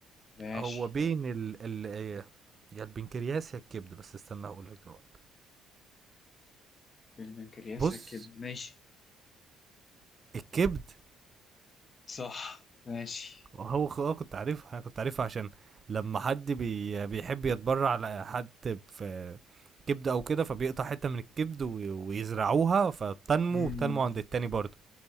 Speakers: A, on the left (about 45°); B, on the right (about 40°).
A: ماشي
B: هو بين ال ال إيه، يا البنكرياس يا الكبد بس استنى هقول لك دلوقتي
A: البنكرياس
B: بص
A: كده ماشي
B: الكبد
A: صح ماشي
B: هو خ- اه كنت عارفها انا كنت عارفها عشان لما حد بي بيحب يتبرع لحد في كبد او كده فبيقطع حته من الكبد وي- ويزرعوها فبتنمو
A: امم
B: وبتنمو عند التاني برضه